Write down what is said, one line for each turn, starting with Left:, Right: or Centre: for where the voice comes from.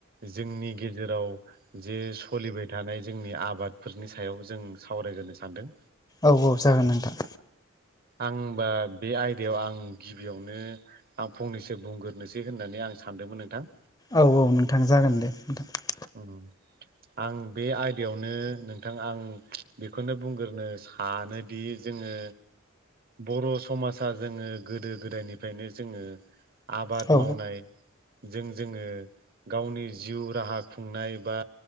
Right: जोंनि गेजेराव जे सोलिबाय थानाय जोंनि आबादफोरनि सायाव जों सावरायग्रोनो सानदों।
Left: औ औ जागोन नोंथां।
Right: आंबा बे आयदायाव आं गिबियावनो आं फंनैसो बुंग्रोनोसै होननानै आं सानदोंमोन नोंथां।
Left: औ औ नोंथां जागोन दे नोंथां।
Right: उ आं बे आयदायावनो नोंथां आं बेखौनो बुंग्रोनो सा नोदि जोङो बर' समाजा जोङो गोदो गोदायनिफ्रायनो जोङो आबाद
Left: औ
Right: मावनाय जों जोङो गावनि जिउ राहा खुंनाय बा